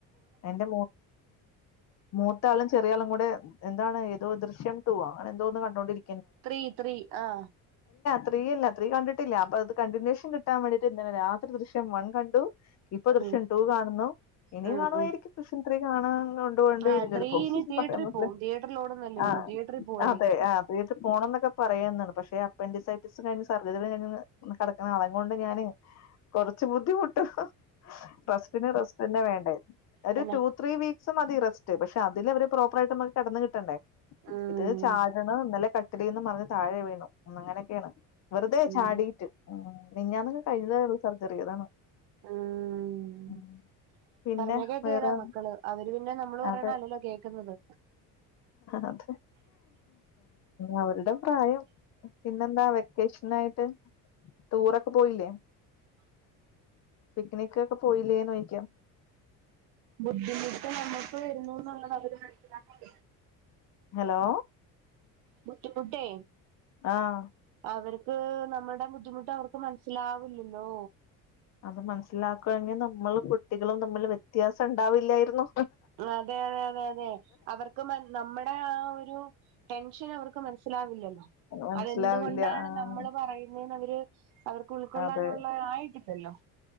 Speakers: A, on the left (about 50°); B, on the right (about 80°).
A: എന്റെ മൂത്ത ആളും ചെറിയ ആളും കൂടെ എന്താണ് ഏതോ ദൃശ്യം റ്റു അങ്ങനെന്തോന്ന് കണ്ടോണ്ടിരി
B: ത്രീ ത്രീ ആ
A: ത്രീയല്ല ത്രീ കണ്ടിട്ടില്ല അപ്പൊ അത് കണ്ടിന്യേഷൻ കിട്ടാൻ വേണ്ടിട്ട് ഇന്നലെ രാത്രി ദൃശ്യം വൺ കണ്ടു ഇപ്പം ദൃശ്യം
B: ഉം
A: കാണുന്നു ഇനി
B: ഉം
A: കാണുവായിരിക്കും
B: ഉം
A: ദൃശ്യം ത്രീ കാണാൻ ഇന്ന് കൊണ്ട് കൊണ്ട്
B: ആ
A: തീരും ചിലപ്പോ
B: ത്രീയിനി തിയേറ്ററിൽ
A: പറയാൻ പറ്റില്ല
B: പോവും തിയേറ്ററിൽ ഓടുന്നല്ലേ
A: ആ
B: ഉള്ളൂ തിയേറ്ററിൽ പോവായിരിക്കും
A: അതെ ആ തിയാട്രി പോണംന്നൊക്കെ പറയാന്നാണ് പക്ഷെ അപ്പന്റിസൈറ്റിസും കഴിഞ്ഞ് സർജറി കഴിഞ്ഞ് ഒന്ന് കെടക്കണ ആളെ കൊണ്ട് ഞാന് കൊറച്ചു ബുദ്ധിമു ട്ട് റസ്റ്റിന് റെസ്റ്റ് തന്നെ വേണ്ടേ ഒരു
B: പിന്നെ
A: റ്റു ത്രീ വീക്സ് മതി റസ്റ്റ് പഷെ അതില് അവര് പ്രോപ്പറായിട്ട് ഒന്ന് കെടന്ന് കിട്ടണ്ടേ
B: ഉം
A: ഇത് ചാടണം ഇന്നലെ ക ത്രീന്ന് പറഞ്ഞ് താഴെ വീണു ഒന്ന് അങ്ങനയൊക്കെയാണ് വെറുതെ
B: ഉം
A: ചാടിട്ട് മിഞ്ഞാന്നങ്ങ് കഴിഞ്ഞതേയുള്ളു സർ തെറി അതാണ്
B: ആ മു
A: ഉം പിന്നെ
B: പറഞ്ഞകേക്കെല്ല
A: വേറെ
B: മക്കള് അവര് പി പിന്നെ നമ്മള് പറയണല്ലല്ലോ
A: അതെ
B: കേക്കുന്നത്
A: അതെ അവരുടെ പ്രായം പിന്നെന്താ വെക്കേഷനായിട്ട് ടൂറോക്കെ പോയില്ലേ പിക്നിക്ക് ഒക്കെ പോയില്ലേ നോയിക്കാ
B: ബുദ്ധിമുട്ട് നമ്മുക്ക് വരുന്നു എന്നുള്ളത് അവര് മനസിലാക്ക
A: ഹലോ
B: ബുദ്ധിമുട്ട്
A: ആഹ്
B: അവർക്ക് ക്ക് നമ്മളുടെ ബുദ്ധിമുട്ട് അവർക്ക് മനസ്സിലാവില്ലല്ലോ
A: അത് മനസ്സിലാക്കെങ്കിൽ നമ്മൾ കുട്ടികളും തമ്മിൽ വ്യത്യാസം ഉണ്ടാവില്ലായിരുന്നു
B: അതെ അതെ അതെ അതെ അവർക്ക് നമ്മുടെ ആ ഒരു ടെൻഷൻ അവർക്ക് ക്ക് <unintelligible> <unintelligible> സ്സിലാവില്ലല്ലോ
A: മനസ്സിലാവില്ല
B: അതെന്തുകൊണ്ടാണ്
A: ആഹ്
B: നമ്മള് പറയുന്ന അവര് അവർക്ക് ഉൾക്കൊള്ളാനുള്ള
A: അതെ
B: ആയിട്ടില്ലല്ലോ